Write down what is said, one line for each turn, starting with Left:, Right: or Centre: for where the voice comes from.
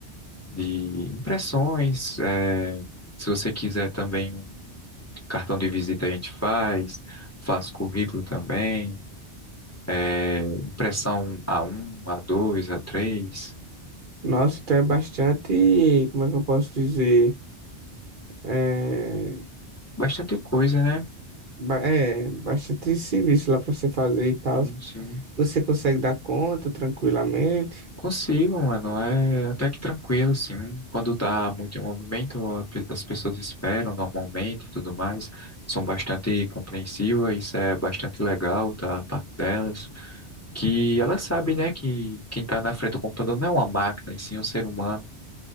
Left: de impressões. é, se você quiser também um cartão de visita, a gente faz. faz currículo também. é, Impressão a um a dois a três
Right: Nossa, então é bastante, como é que eu posso dizer? É,
Left: Bastante coisa, né?
Right: ba- é bastante serviço lá para você fazer e tal.
Left: Sim, sim.
Right: Você consegue dar conta tranquilamente?
Left: Consigo, mano. É até que tranquilo, sim. Quando tá muito em movimento, a pe- as pessoas esperam normalmente e tudo mais. São bastante compreensivas, isso é bastante legal da parte delas. Que elas sabem, né, que quem tá na frente do computador não é uma máquina, e sim um ser humano